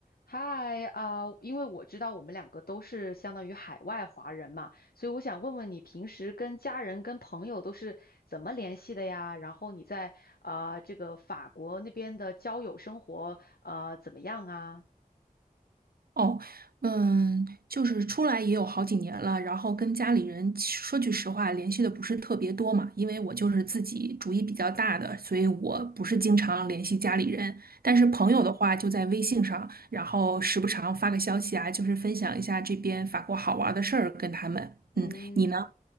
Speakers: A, on the left (about 90°); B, on the right (about 85°).
A: 嗨啊，因为我知道我们两个都是相当于海外华人嘛，所以我想问问你平时跟家人、跟朋友都是怎么联系的呀？然后你在啊、这个法国那边的交友生活呃怎么样啊？
B: 哦，嗯，就是出来也有好几年了，然后跟家里人其说句实话，联系的不是特别多嘛，因为我就是自己主意比较大的，所以我不是经常联系家里人。
A: 嗯
B: 但是朋友的话，
A: 嗯
B: 就在微信上，然后时不常发个消息啊，就是分享一下这边法国好玩的事儿跟他们。
A: 嗯，
B: 嗯，你呢？